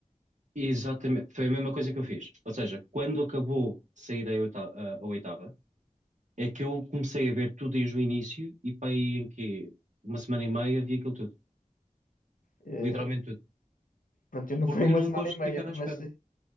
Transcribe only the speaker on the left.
Eh,
pronto, eu não
fui uma
semana
e meia,
mas.